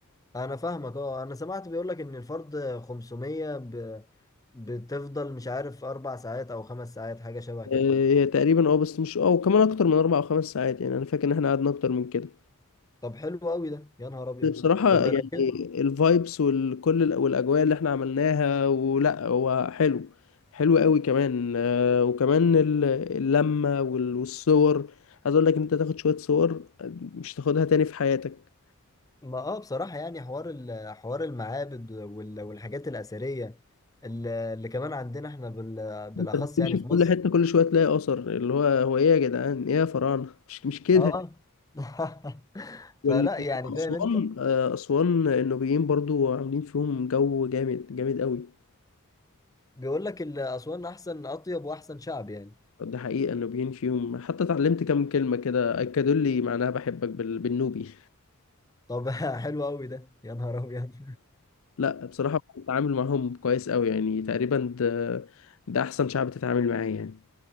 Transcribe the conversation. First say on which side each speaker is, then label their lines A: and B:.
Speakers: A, on the left; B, on the left.
A: انا فاهمك اه انا سمعت بيقول لك ان الفرد 500 ب... بتفضل مش عارف اربع ساعات او خمس ساعات حاجه شبه كده
B: آه، هي تقريبا اه بس مش اه وكمان اكتر من اربع او خمس ساعات يعني انا فاكر ان احنا قعدنا اكتر من كده
A: طب حلو قوي ده يا نهار ابيض
B: بصراحة
A: طب
B: يعني
A: لو كده
B: الفايبس والكل الأ- والأجواء اللي احنا عملناها ولا هو حلو حلو قوي كمان آه، وكمان ال- اللمة وال- والصور عايز اقول لك إن انت تاخد شوية صور مش تاخدها تاني في حياتك
A: ما اه بصراحه يعني حوار ال... حوار المعابد وال... والحاجات الاثريه اللي, اللي كمان عندنا احنا بال... بالاخص
B: انت بتمشي
A: يعني
B: في
A: في
B: كل
A: مصر
B: حتة كل شوية تلاقي أثر اللي هو هو ايه يا جدعان ايه يا فراعنة مش مش كده
A: اه <laughs>
B: وال-
A: فلا يعني
B: وأسوان
A: فاهم انت
B: آه، أسوان النوبيين برضو عاملين فيهم جو جامد جامد قوي
A: بيقول لك ال- أسوان أحسن أطيب وأحسن شعب يعني
B: ده حقيقة النوبيين فيهم حتى اتعلمت كام كلمة كده أكدوا لي معناها بحبك بال- بالنوبي
A: طب <laughs> حلو أوي ده يا نهار أبيض
B: لا بصراحة بتعامل معاهم كويس أوي يعني تقريبا ده, ده أحسن شعب تتعامل معاه يعني